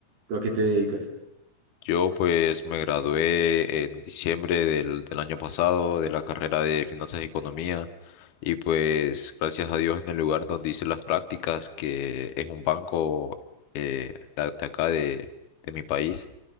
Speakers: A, on the right (about 75°); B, on the left (about 75°).
A: ¿Tú a qué te dedicas?
B: yo pues me gradué en diciembre del, del año pasado de la carrera de Finanzas y Economía y pues gracias a Dios en el lugar donde hice las prácticas, que es un banco eh, de de acá de de mi país